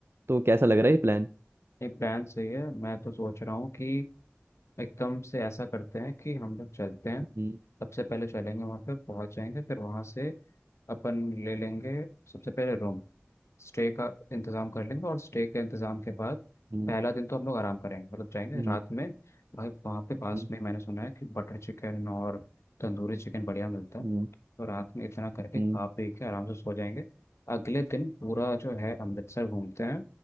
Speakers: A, on the right (about 60°); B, on the left (about 85°).
A: तो कैसा लग रहा है ये प्लान
B: ये प्लान सही है मैं तो सोच रहा हूँ कि एकदम से ऐसा करते हैं कि हम लोग चलते हैं
A: हम्म
B: सबसे पहले चलेंगे वहाँ पे पहुँच जाएंगे फिर वहाँ से अपन ले लेंगे सबसे पहले रूम स्टे का इंतज़ाम कर लेंगे और स्टे के इंतज़ाम के बाद
A: हम्म
B: पहला दिन तो हम लोग आराम करेंगे मतलब जाएंगे
A: हम्म
B: रात में भाई वहाँ पे
A: हम्म
B: पास में मैंने सुना है कि बटर चिकन और तंदूरी चिकन बढ़िया मिलता है
A: हम्म
B: तो रात में इतना करके
A: हम्म,
B: खा पी के आराम से सो जाएंगे अगले दिन पूरा जो है अमृतसर घूमते हैं